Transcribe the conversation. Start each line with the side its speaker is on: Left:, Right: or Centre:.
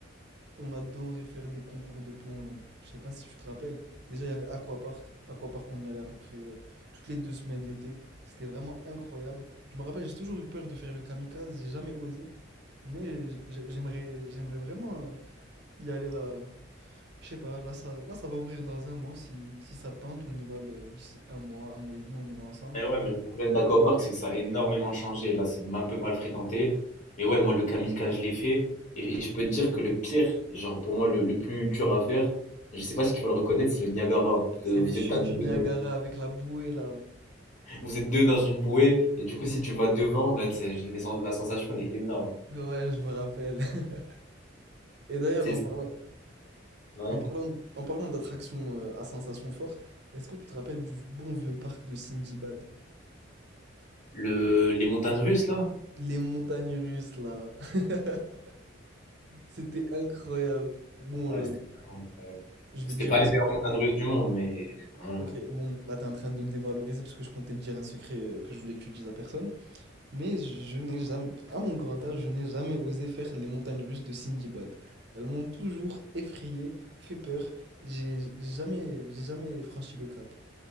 Right: On adorait faire des concours de plongeon. Je sais pas si tu te rappelles. Déjà, il y avait Aquapark. Aquapark, on y allait à peu près euh, toutes les deux semaines l'été. C'était vraiment incroyable. Je me rappelle, j'ai toujours eu peur de faire le kamikaze. J'ai jamais osé. Mais j'ai- j'aimerais, j'aimerais vraiment euh, y aller là. Je sais pas, là ça, là ça va ouvrir dans un mois. Si, si ça te tente, on y va de- d'ici un mois, un mois et demi, on y va ensemble.
Left: Mais
Right: Comme
Left: ouais, mais
Right: ça.
Left: le problème d'Aquapark, c'est que ça a énormément changé. Là, c'est un peu mal fréquenté. Mais ouais, moi, le kamikaze, je l'ai fait. Et, et je peux te dire que le pire, genre pour moi, le, le plus dur à faire, je sais pas si tu vas le reconnaître, c'est le Niagara.
Right: C'est
Left: De- vous
Right: les chutes
Left: êtes à deux,
Right: du Niagara
Left: euh,
Right: avec la bouée là.
Left: vous êtes deux dans une bouée. Et du coup, si tu vas devant, en fait, c'est- les sens- la sensation, elle est énorme.
Right: Ouais, je me rappelle. <laughs> Et d'ailleurs,
Left: C'est
Right: en
Left: c'est-
Right: parlant,
Left: Ouais.
Right: En parlant, d- en parlant d'attractions euh, à sensations fortes, est-ce que tu te rappelles du bon vieux parc de Sindibad?
Left: Le, les montagnes russes, là?
Right: Les montagnes russes, là. <laughs> C'était incroyable. Bon,
Left: Ouais,
Right: euh,
Left: c'était vraiment incroyable.
Right: je
Left: Bon,
Right: vais
Left: C'était
Right: te dire
Left: pas
Right: un
Left: les
Right: secret.
Left: meilleures montagnes russes du monde, mais voilà.
Right: Ok, bon, là, t'es en train de me dévaloriser parce que je comptais te dire un secret euh, que je voulais que tu dises à personne. Mais je, je n'ai jamais, à mon grand âge, je n'ai jamais osé faire les montagnes russes de Sindibad. Elles m'ont toujours effrayé, fait peur. J'ai j'ai jamais, j'ai jamais franchi le cap.